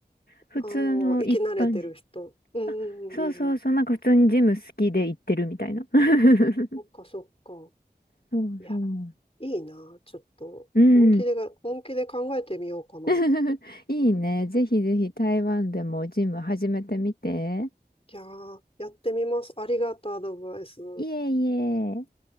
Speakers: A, on the left (about 60°); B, on the left (about 35°).
A: 普通の一般人。
B: ああ、生き慣れてる人。うんうんうんうん。
A: あ、そうそうそう。なんか普通にジム好きで行ってるみたいな。<laughs>
B: そっかそっか。
A: そうそう。
B: いや、いいな。ちょっと、
A: うん。
B: 本気でが、本気で考えてみようかな。
A: <laughs> いいね。ぜひぜひ台湾でもジム始めてみて。
B: じゃあ、やってみます。ありがとう、アドバイス。
A: いえいえ。